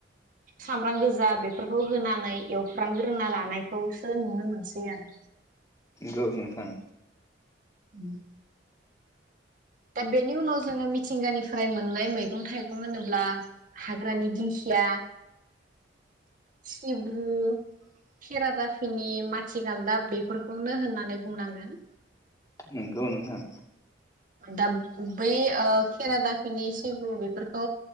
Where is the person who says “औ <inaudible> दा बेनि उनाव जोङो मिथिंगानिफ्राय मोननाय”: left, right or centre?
Right